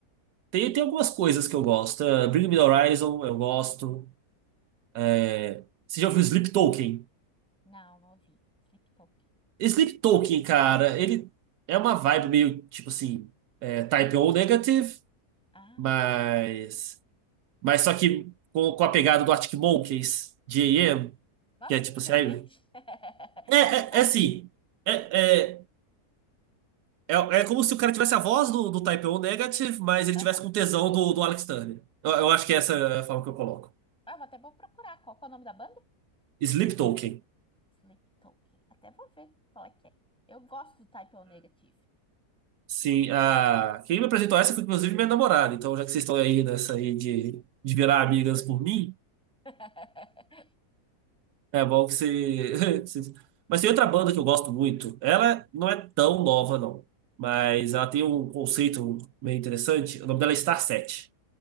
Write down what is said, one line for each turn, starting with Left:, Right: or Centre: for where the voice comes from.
Right: Tem, tem algumas coisas que eu gosto. Ah, Bring Me the Horizon, eu gosto. É, Você já ouviu Sleep Token?
Centre: Não, não ouvi. Sleep Token.
Right: Sleep Token, cara, ele é uma vibe meio tipo assim, é, Type O Negative,
Centre: Ah,
Right: mas. Mas só que com, com a pegada do Arctic Monkeys, de AM,
Centre: nossa,
Right: que é tipo
Centre: que diferente.
Right: assim. aí-
Centre: <laughs>
Right: É, é,
Centre: Tá.
Right: é assim. É, é, é, é como se o cara tivesse a voz do, do Type O Negative, mas ele
Centre: aham.
Right: tivesse com tesão do, do Alex Turner. Eu, eu acho que essa é a forma que eu coloco.
Centre: Ah, eu até vou procurar qual que é o nome da banda.
Right: Sleep Token.
Centre: Sleep Token. Até vou ver qual é que é. Eu gosto do Type O Negative.
Right: Sim, a... quem me apresentou essa foi inclusive minha namorada. Então, já que vocês estão aí nessa aí de, de virar amigas por mim,
Centre: <laughs>
Right: é bom que você. <laughs> você- Mas tem outra banda que eu gosto muito. Ela não é tão nova, não. Mas ela tem um conceito meio interessante. O nome dela é Star Set,